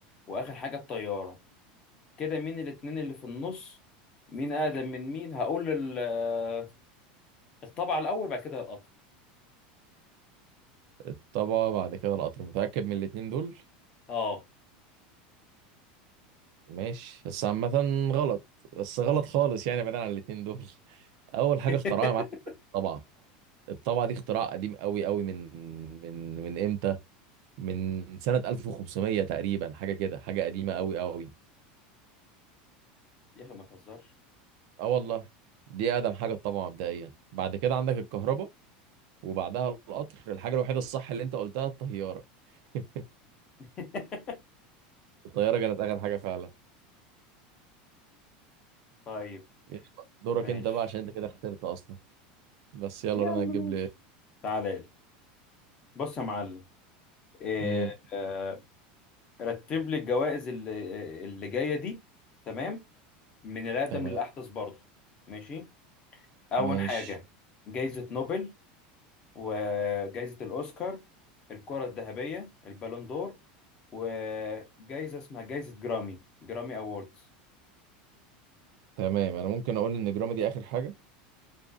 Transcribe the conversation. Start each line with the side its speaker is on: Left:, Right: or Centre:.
Left: وآخر حاجة الطيارة كده مين الاتنين اللي في النص مين أقدم من مين هقول ال... آه، الطبعة الأول بعد كده القطر
Right: الطبعه بعد كده القطر متاكد من الاتنين دول
Left: اه
Right: ماشي بس عامه غلط بس غلط خالص يعني بعيدا عن الاتنين دول اول حاجه
Left: <laughs>
Right: اخترعها يا معلم الطبعه الطابعة دي اختراع قديم قوي قوي من من من امتى؟ من سنة 1500 تقريبا حاجة كده حاجة قديمة قوي قوي
Left: يا أخي ما تهزرش
Right: اه والله دي أقدم حاجة الطابعة مبدئيا بعد كده عندك الكهرباء وبعدها القطر الحاجة الوحيدة الصح اللي انت قلتها الطيارة <laughs>
Left: <laughs>
Right: الطيارة كانت آخر حاجة فعلا
Left: طيب
Right: يلا، دورك
Left: ماشي
Right: انت بقى عشان انت كده خسرت أصلا بس يلا
Left: يا
Right: رنا
Left: عم ماشي
Right: هتجيب لي
Left: تعالى لي بص يا معلم إيه
Right: امم
Left: آه رتب لي الجوائز اللي اللي جايه دي تمام من الاقدم
Right: تمام
Left: للاحدث برضه ماشي اول
Right: ماشي
Left: حاجه جائزه نوبل وجائزه الاوسكار الكره الذهبيه البالون دور وجائزه اسمها جائزه جرامي جرامي اووردز
Right: تمام انا ممكن اقول ان جرامي دي اخر حاجة